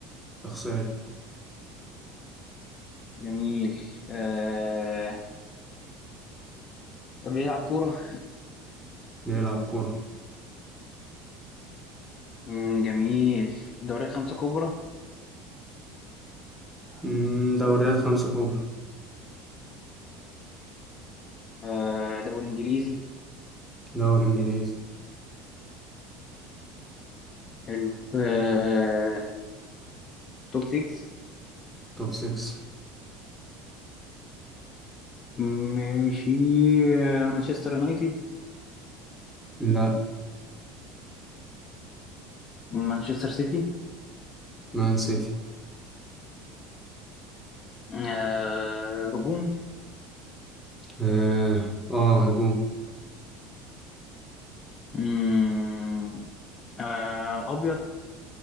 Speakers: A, in the centre; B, on the left.
A: شخصية
B: جميل آه بيلعب كورة
A: بيلعب كورة
B: مم، جميل دوريات خمسة كبرى
A: مم. دوريات خمسة كبرى
B: آه دوري إنجليزي
A: دوري إنجليزي
B: حلو آه توب 6
A: توب 6
B: ماشي آه، مانشستر يونايتد
A: لا
B: مانشستر سيتي
A: مان سيتي
B: آه هجوم
A: آه آه هجوم
B: مم، آه أبيض